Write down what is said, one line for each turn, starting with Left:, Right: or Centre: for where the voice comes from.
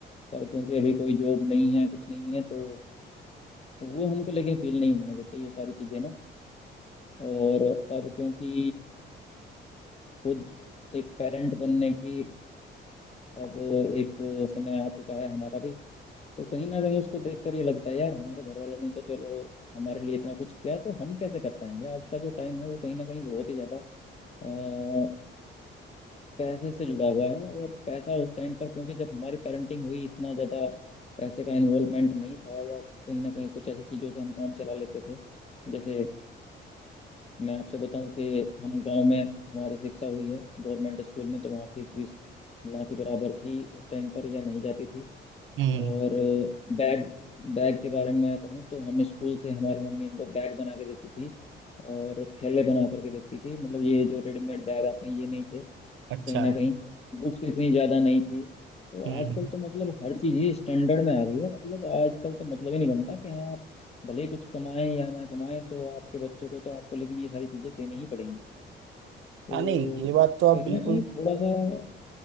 Left: पर क्योंकि अभी कोई जॉब नहीं है कुछ नहीं है तो वो हमको लेकिन फील नहीं होने देते ये सारी चीज़ें ना और अब क्योंकि खुद एक पेरेंट बनने की अब एक समय आ चुका है हमारा भी तो कहीं ना कहीं उसको देखकर ये लगता है यार हमारे घर वालों ने तो चलो हमारे लिए इतना कुछ किया तो हम कैसे कर पाएंगे आज का जो टाइम है वो कहीं ना कहीं बहुत ही ज्यादा अ, मतलब पैसे से जुड़ा हुआ है और पैसा उस टाइम पर क्योंकि जब हमारी पेरेंटिंग हुई इतना ज्यादा पैसे का इन्वॉल्वमेंट नहीं था या कहीं ना कहीं कुछ ऐसी चीजों से हम काम चला लेते थे जैसे मैं आपसे बताऊं कि हम गांव में हमारी शिक्षा हुई है गवर्नमेंट स्कूल में तो वहाँ फीस वीस ना के बराबर थी उस टाइम पर या नहीं जाती थी
Right: हम्म
Left: और बैग बैग के बारे में मैं कहूँ तो हम स्कूल से हमारी मम्मी हमको बैग बना के देती थी और थैले बना करके देती थी मतलब ये जो रेडीमेड बैग आते हैं ये नहीं थे
Right: अच्छा
Left: कहीं ना कहीं बुक्स इतनी ज़्यादा नहीं थी तो
Right: हम्म
Left: आजकल तो मतलब हर चीज़ ही स्टैंडर्ड में आ गई है मतलब आजकल तो मतलब ही नहीं बनता कि हाँ आप भले ही कुछ कमाएं या ना कमाएं तो आपके बच्चों को तो आपको लेकिन ये सारी चीज़ें देनी ही पड़ेंगी तो
Right: हाँ नहीं ये बात तो आप
Left: कहीं
Right: बिल्कुल
Left: ना कहीं थोड़ा सा